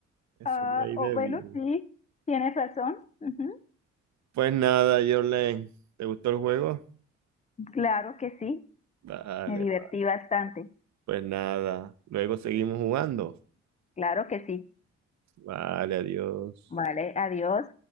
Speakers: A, on the right; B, on the left.
A: Eso
B: Ah,
A: es ley
B: o
A: de
B: bueno,
A: vida.
B: sí, tienes razón. Ujú,
A: Pues nada, Jorlen, ¿te gustó el juego?
B: Claro que sí,
A: Vale,
B: me divertí bastante.
A: pues nada. Luego seguimos jugando.
B: Claro que sí.
A: Vale, adiós.
B: Vale, adiós.